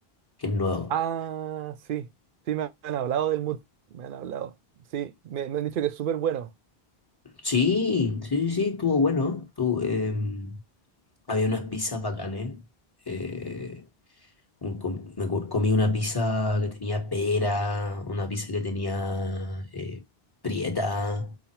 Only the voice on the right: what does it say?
Ah, sí, sí, me han hablado del mood, me han hablado. Sí, me, me han dicho que es súper bueno.